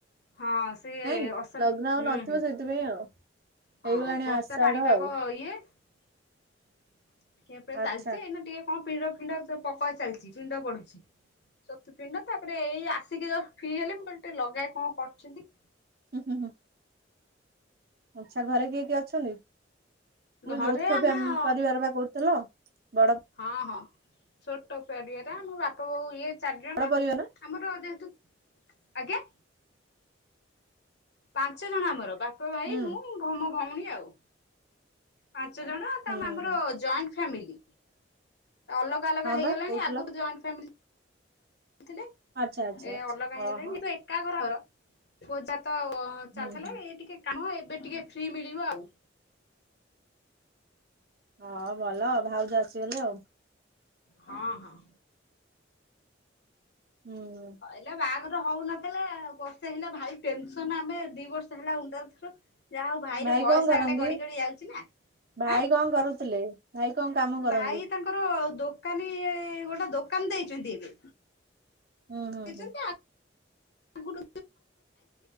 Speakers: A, on the left; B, on the right.
A: ହଁ ସେ
B: ନାଇଁ
A: ଅସଲ
B: ଲଗ୍ନ ଆଉ
A: ହୁଁ
B: ନଥିବ
A: ହୁଁ
B: ସେଇଥିପାଇଁ ଆଉ। ହେଇଗଲାଣି
A: ହଁ ବର୍ଷା
B: ଆଷାଢ
A: ପାଣିପାଗ
B: ଆଉ
A: ଇଏ। <inaudible> ଖିଆ ପିଆ
B: ଆଚ୍ଛା
A: ଚାଲିଛି ଏଇନା ଟିକେ କଣ ପିଣ୍ଡ ଫିଣ୍ଡ ପକା ଚାଲିଛି ପିଣ୍ଡ ପଡୁଛି। ଚତୁପିଣ୍ଡ ତାପରେ ଏଇ ଆସିକି ଜଷ୍ଟ ଫି ହେଲି ମୁଁ କହିଲ ଟିକେ ଲଗାଏ କଣ କରୁଛନ୍ତି?
B: ହୁଁ ହୁଁ। ଆଛା ଘରେ କିଏ କିଏ ଅଛନ୍ତି?
A: ଘରେ
B: ଯୌଥ ଫବେ
A: ଆମେ
B: ପରିବାର ବା କହୁଥିଲ? ବଡ଼
A: ହଁ ହଁ। ଛୋଟ ପରିବାର ଆମ ବାପା, ବୋଉ ଇଏ ଚାରିଜଣ।
B: ବଡ ପରିବାର ନା
A: ଆମର ଯେହେତୁ। ଆଜ୍ଞା। ପାଞ୍ଚଜଣ ଆମର ବାପା, ଭାଇ,
B: ହୁଁ
A: ମୁଁ ମୋ ଭଉଣୀ ଆଉ। ପାଞ୍ଚଜଣ ତା
B: ହୁଁ ହୁଁ
A: ଆମର
B: ହୁଁ
A: ଜଏଣ୍ଟ ଫାମିଲି ଅଲ ଅଲଗା
B: ହଁ
A: ହେଇଗଣି
B: ବା କହୁଥିଲ
A: ଆଗରୁ ଜଏଣ୍ଟ ଫିଲି ଥିଲେ
B: ଆଚ୍ଛା ଆଚ୍ଛା
A: ଏ
B: ଆଚ୍ଛା
A: ଅଲଗା ହେଇଗଲେଣି
B: ଓ ହୋ
A: କି କା ଘର ଘର ପଜା ତ
B: ହୁଁ
A: ଚାଲିଥିଲା
B: ହୁଁ
A: ଏ ଟିକେ କାମ ଏବେ ଟିକେ ଫ୍ରି ମିଳିବ ଆଉ।
B: ହଁ ଭଲ ଭାଉଜ ଆସିଗଲେ ଆଉ।
A: ହଁ ହଁ।
B: ହୁଁ।
A: କହିଲେ ବାହାଘର ହଉନଥିଲା ବର୍ଷେ ହେଲା ଭାଇ ପେନସନ ଆମେ ଦି ବର୍ଷ ହେଲା <unintelligible> ଯାହା ହଉ ଭାଇର
B: ଭାଇ
A: ବୟସ
B: କଣ କରନ୍ତି?
A: ଟା ଗଡି ଗଡି ଯାଉଛି ନା
B: ଭାଇ
A: ଆଁ।
B: କଣ କରୁଥିଲେ ଭାଇ କଣ କାମକରନ୍ତି
A: ଭାଇ ତାଙ୍କର ଦୋକାନୀ ଗୋଟେ ଦୋକାନ ଦେଇଚନ୍ତି ଏବେ
B: ହୁଁ ହଁ
A: ଦେଇଛନ୍ତି
B: ହୁଁ
A: ଆଗରୁ